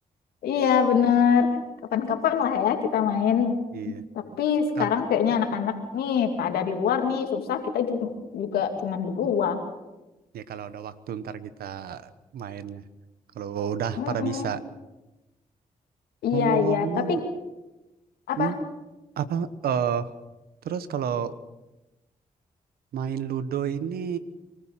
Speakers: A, on the left (about 85°); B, on the right (about 80°).
A: iya bener. Kapan-kapan lah ya kita main.
B: Iya.
A: Tapi sekarang
B: Kab-
A: kayaknya anak-anak nih pada di luar nih susah. Kita juga, juga cuman berdua.
B: ya kalau ada waktu ntar kita main ya. Kalau udah
A: Mm-mm.
B: pada bisa.
A: Iya,
B: Ngomong-ngomong,
A: iya. Tapi apa?
B: hmm, apa? eh terus kalau main Ludo ini,